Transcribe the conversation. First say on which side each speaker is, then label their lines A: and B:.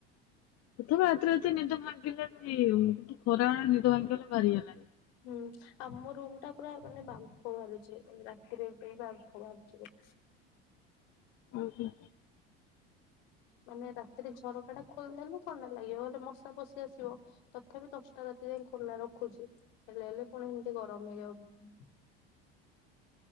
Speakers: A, on the left (about 55°); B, on the left (about 70°).
A: ପ୍ରଥମେ ରାତିରେ ରାତିରେ ନିଦ ଭାଙ୍ଗିଲେ ବି କିନ୍ତୁ ଖରା ବେଳରେ ନିଦ ଭାଙ୍ଗିଗଲେ ଭାରି ଇଏ ଲାଗେ।
B: ହୁଁ। ଆମ ରୁମ୍ ଟା ପୁରା ମାନେ ବାମ୍ଫ ବାହାରୁଚି ରାତିରେ ବି ବାମ୍ଫ ବାହାରୁଚି।
A: ଓହୋ।
B: ମାନେ ରାତିରେ ଝରକାଟା ଖୋଲିଦେଲେ ଥଣ୍ଡା ଲାଗିବ ନହେଲେ ମଶା ପଶି ଆସିବ। ତଥାପି ବି ଗୋଟା ରାତି ଯାଏ ଖୋଲା ରଖୁଛି ହେଲେ ହେଲେ କଣ ଏମିତି ଗରମ ହେଇଯାଉ